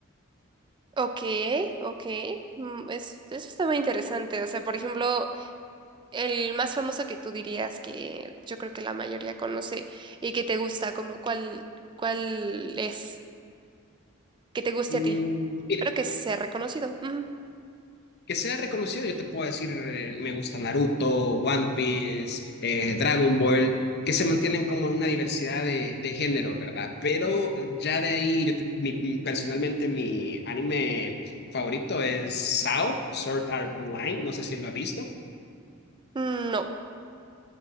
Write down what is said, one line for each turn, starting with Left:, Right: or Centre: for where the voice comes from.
Right: Ok, ok. Mm, Es, eso está muy interesante. O sea, por ejemplo, el más famoso que tú dirías que yo creo que la mayoría conoce y que te gusta, como cuál, cuál es, que te guste
Left: Mm,
Right: a ti,
Left: mira,
Right: pero que sea reconocido. Ujú.
Left: que sea reconocido. Yo te puedo decir, eh, me gusta Naruto, One Piece, eh, Dragon Ball, que se mantienen como en una diversidad de, de género, ¿verdad? Pero ya de ahí, yo te- mi- mi- personalmente mi anime favorito es SAO, Sword Art Online, no sé si lo has visto.
Right: Mm, No,